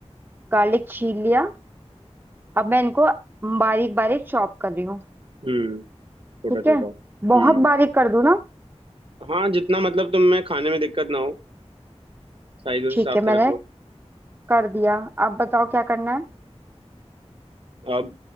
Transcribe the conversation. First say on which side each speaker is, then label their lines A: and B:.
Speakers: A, on the right; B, on the right.
A: गार्लिक छील लिया अब मैं इनको बारीक बारीक चॉप कर रही हूँ
B: हम्म छोटा
A: ठीक है
B: छोटा
A: बहुत
B: हम्म
A: बारीक कर दूँ ना
B: हाँ जितना मतलब तुम्हें खाने में दिक्कत ना हो साइज उस
A: ठीक
B: हिसाब
A: है
B: से
A: मैंने
B: रख लो
A: कर दिया अब बताओ क्या करना है
B: अब